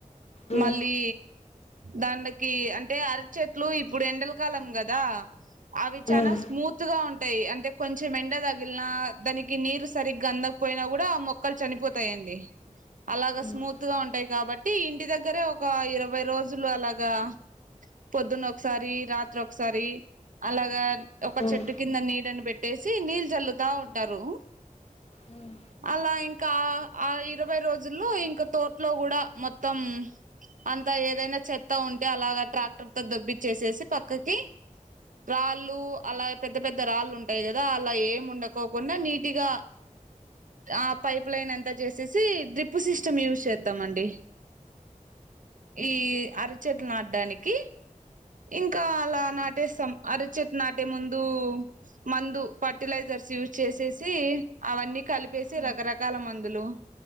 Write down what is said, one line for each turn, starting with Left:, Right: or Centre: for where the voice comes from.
Left: ఉమ్
Right: మళ్ళీ దాకి అంటే అరచెట్లు ఇప్పుడు ఎండలకాలం కదా అవి చాలా
Left: ఉమ్
Right: స్మూత్ గా ఉంటాయి అంటే కొంచెం ఎండ తగిలినా దానికి నీరు సరిగ్గా అందకపోయినా కూడా ఆ మొక్కలు చనిపోతాయిండి అలాగా
Left: ఉమ్
Right: స్మూత్ గా ఉంటాయి కాబట్టి ఇంటి దగ్గరే ఒక ఇరవై రోజులు అలాగా పొద్దున్న ఒకసారి రాత్రి ఒకసారి అలాగా ఒక చెట్టు
Left: ఉమ్
Right: కింద నీడని పెట్టేసి నీళ్ళ చల్లుతా ఉంటారు
Left: ఉమ్
Right: అలా ఇంకా ఆ ఇరవై రోజులు ఇంకా తో ఇట్లో కూడా మొత్తం అంత ఏదైనా చెత్త ఉంటే అలాగా ట్రాక్టర్ తో దబ్బిచ్చేసేసి పక్కకి రాళ్ళు అలాగ పెద్ద పెద్ద రాళ్ళు ఉంటాయి కదా అలా ఏం ఉండకోకుండా నీట్గా ఆ పైప్ లైన్ అంతా చేసేసి డ్రిప్పు సిస్టమ్ యూస్ చేస్ తామండి ఈ అరచట్లు నాటడానికి ఇంకా అలా నాటి ట్టేస్తాం అరచట్ నాటే ముందు మందు ఫర్టిలైజర్స్ యూజ్ చేసేసి అవన్నీ కలిపేసి
Left: ఉమ్,
Right: రకరకాల మందులు